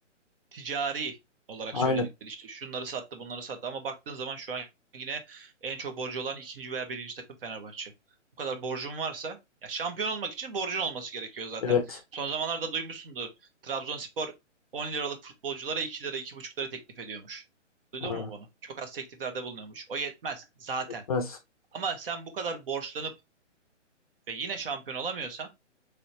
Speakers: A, on the right; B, on the left.
A: ticari olarak
B: Aynen.
A: söyledikleri işte şunları sattı bunları sattı ama baktığın zaman şu an yine en çok borcu olan ikinci veya birinci takım Fenerbahçe. Bu kadar borcun varsa ya şampiyon olmak için borcun olması gerekiyor zaten.
B: Evet.
A: Son zamanlarda duymuşsundur. Trabzonspor 10 liralık futbolculara 2 lira iki buçuk lira teklif ediyormuş. Duydun
B: Aa,
A: mu bunu? Çok az tekliflerde bulunuyormuş. O yetmez zaten.
B: gitmez.
A: Ama sen bu kadar borçlanıp ve yine şampiyon olamıyorsan